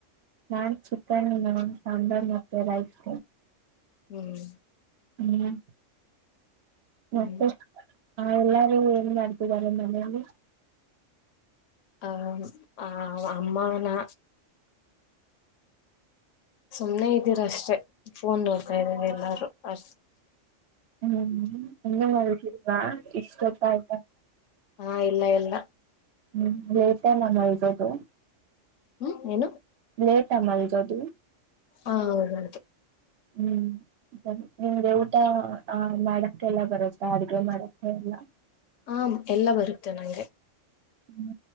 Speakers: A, on the right; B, on the left.
A: ನಾನ್ ಚಿಕನ್ ನ ಸಾಂಬಾರ್ ಮತ್ತೆ ರೈಸ್
B: ಹ್ಮ್
A: ಇನ್ನ ಮತ್ತೆ
B: ಹ್ಮ್
A: ಹಾ ಎಲ್ಲಾರು ಏನ್ ಮಾಡ್ತಿದ್ದರೆ ಮನೆಲಿ
B: ಹ ಆ ಅಮ್ಮಾನಾ ಸುಮ್ನೆ ಇದ್ದೀರ್ ಅಷ್ಟೇ ಫೋನ್ ನೋಡ್ತಾ ಇದಾರೆ ಎಲ್ಲಾರೂ ಅ
A: ಹ್ಮ್ ಇನ್ನೂ ಮಲಗಿಲ್ವಾ ಇಸ್ಟೊತಾಯ್
B: ಹಾ ಇಲ್ಲ ಇಲ್ಲ
A: ಹ್ಮ್ ಲೇಟ್ ಯೇ ನ ಮಲಗೋದು
B: ಹ್ಮ್ ಏನು
A: ಲೇಟ್ ಅ ಮಲ್ಗೋದು
B: ಹಾ ಹೌದ್ ಹೌದ್
A: ಹ್ಮ್ ಸರಿ ನಿಮ್ಗೆ ಊಟ ಆ ಮಾಡಕ್ಕೆ ಎಲ್ಲ ಬರುತ್ತಾ ಅಡ್ಗೆ ಮಾಡಕ್ಕೆ ಎಲ್ಲ
B: ಹ ಎಲ್ಲ ಬರುತ್ತೆ ನಂಗೆ
A: ಹ್ಮ